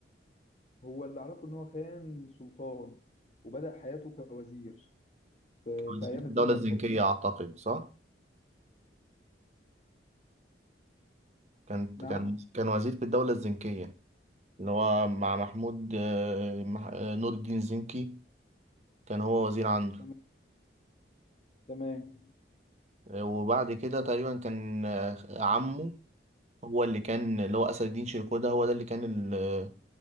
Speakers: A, on the left; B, on the right.
A: هو اللي اعرفه ان هو كان سلطان وبدأ حياته كوزير في
B: كان
A: في ايام
B: في
A: الدوله
B: الدولة الزنكية
A: الفاطميه
B: أعتقد صح؟ كان كان
A: نعم
B: كان وزير في الدولة الزنكية اللي هو مع محمود آه، مح- آه، نور الدين زنكي كان هو وزير عنده
A: تمام تمام
B: آه، وبعد كده تقريبا كان آه، عمه هو اللي كان اللي هو أسد الدين شيركوده هو ده اللي كان ال- آه،